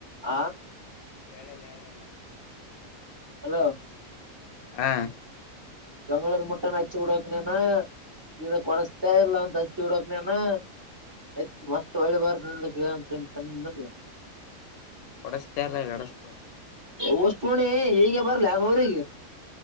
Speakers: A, on the right (about 25°); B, on the left (about 90°).
A: ಹ
B: ಹೇಳಳಲ್ಲ ಹೇಳಳಲ್ಲ
A: ಹಲೋ
B: ಹಾ
A: ಬೆಂಗಳೂರು ಮುಟ್ಟೆ ನ ಅಚ್ಚು ಬಿಡಕನನ ಈ ಕೊಡಸ್ತೇ ಇಲ್ಲ ಅಂತ ಹಚ್ಚಿ ಹಡಕ್ನೇನ ಆಯ್ತ್ ಮತ್ತೆ ಹೊಳ್ಳಿಬಾರ್ದ ನಿಂದಂತ ತಂದ
B: ಕೊಡಸ ತರಲ ಕಡಸೋಡ
A: ವಸ್ತಣಿ ಈಗೆ ಬರ್ಲೋಗೆ